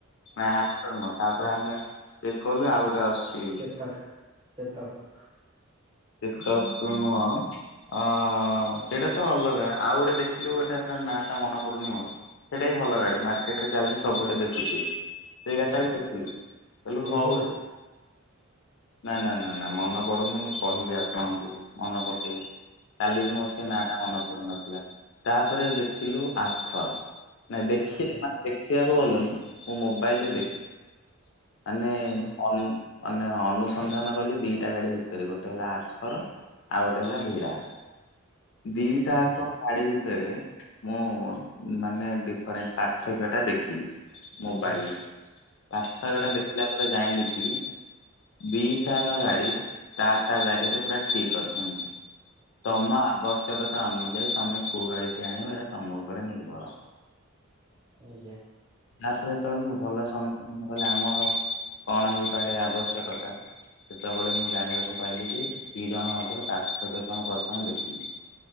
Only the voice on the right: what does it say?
ତ ଚେତକ୍।
ରିଭୋଲ୍ଟ
ଆଜ୍ଞା।
ହୁଁ।
ହୁଁ
ହୁଁ
ହୁଁ
ହୁଁ
ହୁଁ
ଆଜ୍ଞା।